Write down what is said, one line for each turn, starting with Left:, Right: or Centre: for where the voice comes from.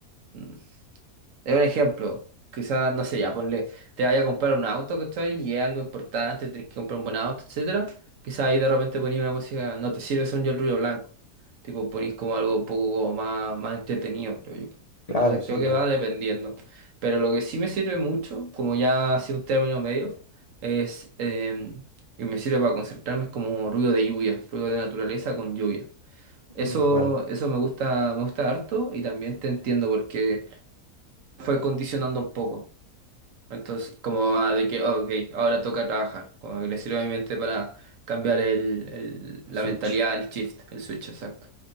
Right: mm, Es un ejemplo. Quizás, no sé, ya ponle, te vaya a comprar un auto, ¿cachai? Y es algo importante, tenés que comprar un buen auto, etcétera. Quizás ahí de repente ponís una música, no te sirve son yo el ruido blanco. Tipo, ponís como algo un poco como más, más entretenido, creo yo.
Left: Claro,
Right: Entonces
Left: sí,
Right: creo
Left: obvio.
Right: que va dependiendo. Pero lo que sí me sirve mucho, como ya ha sido un término medio, es, eh, y me sirve para concentrarme, es como ruido de lluvia, ruido de naturaleza con lluvia. Eso,
Left: Mm, bueno,
Right: eso me gusta, me gusta harto y también te entiendo porque fue condicionando un poco. Entonces, como ah, de que, oh, ok, ahora toca trabajar. Como que le sirve a mi mente para cambiar el, el- la
Left: Switch.
Right: mentalidad, el shift, el switch, exacto.